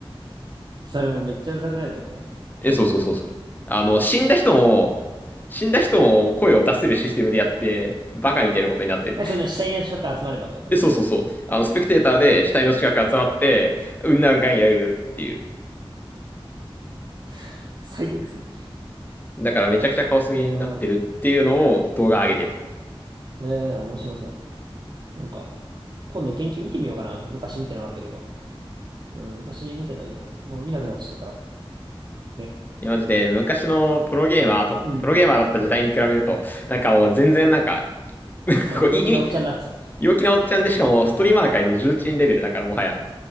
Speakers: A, on the right; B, on the left.
A: <laughs> それもめっちゃうるさくないってこと
B: え、そうそうそうそう。あの、死んだ人も、死んだ人も声を出せるシステムでやって、バカみたいなことになってる。
A: え、そんな死体の近く集まればってこと
B: え、そうそうそう。あの、スペクテーターで死体の近く集まって、うんなんかんやうよっていう。
A: <laughs> 最悪すぎ。
B: だからめちゃくちゃカオスゲーになってるっていうのを動画上げてた。
A: 肝動画すぎな。ええー面白そう。なんか、今度元気見てみようかな。昔見てなかったけど。うん、昔見てたけど、もう見なくなっちゃったから。ね。
B: いや、マジで昔のプロゲーマーと、
A: うん。
B: プロゲーマーだった時代に比べると、なんかもう全然なんか、
A: そう、
B: こう、
A: 陽気なおっちゃんになっち。
B: い、意味、陽気なおっちゃんでしかもストリーマー界の重鎮レベルだからもはや。